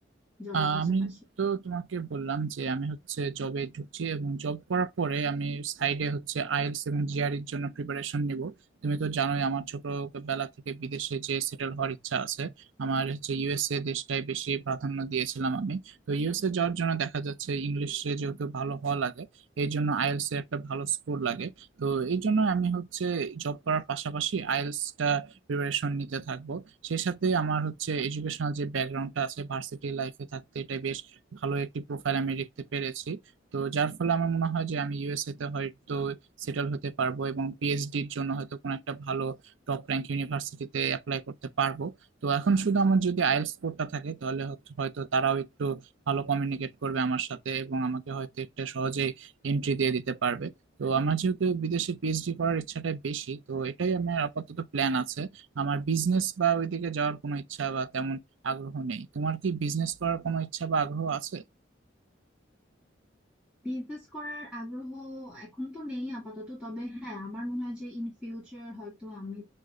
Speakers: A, in the centre; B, on the right.
A: জবের
B: আহ,
A: পাশাপাশি
B: আমি তো তোমাকে বললাম যে আমি হচ্ছে জবে ঢুকছি এবং জব করার পরে আমি সাইডে হচ্ছে আইএলটিএস এবং জিআরইর জন্য প্রিপারেশন নিব তুমি তো জানোই আমার ছোটবেলা থেকে বিদেশে যে সেটেল হওয়ার ইচ্ছা আছে আমার হচ্ছে ইউএসএ দেশটাই বেশি প্রাধান্য দিয়েছিলাম আমি তো ইউএসএ যাওয়ার জন্য দেখা যাচ্ছে ইংলিশে যেহেতু ভালো হওয়া লাগে এই জন্য আইএলটিএস এর একটা ভালো স্কোর লাগে তো এই জন্য আমি হচ্ছে জব করার পাশাপাশি আইএলটিএস টা প্রিপারেশন নিতে থাকবো সেই সাথে আমার হচ্ছে এডুকেশনাল যে ব্যাকগ্রাউন্ডটা আছে ভার্সিটি লাইফে থাকতে এটা বেশ ভালো একটি প্রোফাইল আমি দেখতে পেরেছি তো যার ফলে আমার মনে হয় যে আমি ইউএসএ তে হয়তো সেটেল হতে পারবো এবং পিএইচডির জন্য হয়তো কোনো একটা ভালো টপ র্যাঙ্ক ইউনিভার্সিটিতে অ্যাপ্লাই করতে পারবো তো এখন শুধু আমার যদি আইএলটিএস স্কোরটা থাকে তাহলে হয়তো হয়তো তারাও একটু ভালো কমিউনিকেট করবে আমার সাথে এবং আমাকে হয়তো একটা সহজেই এন্ট্রি দিয়ে দিতে পারবে তো আমার যেহেতু বিদেশে পিএইচডি করার ইচ্ছাটা বেশি তো এটাই আমার আপাতত প্ল্যান আছে আমার বিজনেস বা ওইদিকে যাওয়ার কোনো ইচ্ছা বা তেমন আগ্রহ নেই তোমার কি বিজনেস করার কোনো ইচ্ছা বা আগ্রহ আছে
A: বিজনেস করার আগ্রহ এখন তো নেই আপাতত তবে হ্যাঁ আমার মনে হয় যে ইন ফিউচার হয়তো আমি